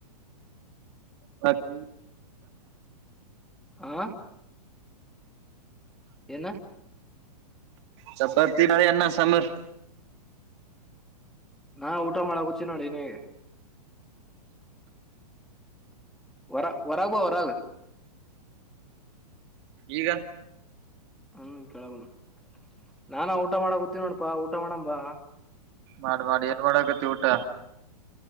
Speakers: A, on the right; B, in the centre.
A: ಚಪಾತಿ
B: ಹ ಏನ
A: ಚಪಾತಿ ಮಾಡಿ ಅನ್ನ ಸಾಂಬಾರ್
B: ಹ ಊಟ ಮಾಡಕುಂಚಿನಿ ನೋಡಿ ಏನ್ ಹೇಳಿ ಹೊರ ಹೊರಗ್ ಬಾ ಹೊರಗ
A: ಈಗ
B: ಹೂ ಕೇಳಗನು ನಾನಾ ಊಟ ಮಾಡ ಗೊತ್ತೀವಿ ನೋಡಪಾ ಊಟ ಮಾಡಂಬಾ
A: ಮಾಡ್ ಮಾಡಿ ಮಾಡಕತಿ ಏನ್ ಊಟ